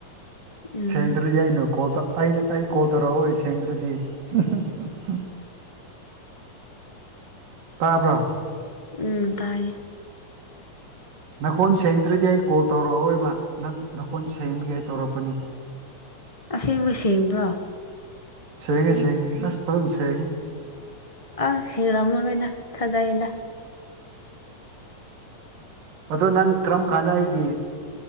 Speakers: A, on the left (about 55°); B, on the right (about 80°).
A: ꯎꯝ
B: ꯁꯦꯡꯗ꯭ꯔꯗꯤꯩꯅꯣ ꯀꯣꯜ ꯑꯩꯅ ꯑꯩ ꯀꯣꯜ ꯇꯧꯔꯛꯑꯣꯣꯏ ꯁꯦꯡꯗ꯭ꯔꯗꯤ ꯎꯝ ꯇꯥꯕ꯭ꯔ
A: ꯎꯝ ꯇꯥꯏꯌꯦ
B: ꯅꯈꯣꯟꯜ ꯁꯦꯡꯗ꯭ꯔꯗꯤ ꯑꯩ ꯀꯣꯜ ꯇꯧꯔꯛꯑꯣꯑꯣꯣꯏꯕ ꯅꯪ ꯅꯀꯣꯟ ꯁꯦꯡꯒ ꯍꯥꯏ ꯇꯧꯔꯛꯄꯅꯤ
A: ꯑ ꯁꯦꯝꯦꯡꯕ꯭ꯔ ꯁꯦꯡꯕ꯭ꯔꯣ
B: ꯁꯦꯡꯉ ꯁꯉꯦ ꯑꯁ ꯐ ꯁꯉ
A: ꯑ ꯁꯤꯔꯃꯔ ꯑꯣꯏꯅꯅ ꯊꯥꯖꯥꯏꯅ
B: ꯑꯗꯣ ꯅꯪ ꯀꯔꯝ ꯀꯥꯟꯗ ꯑꯩꯒꯤꯦ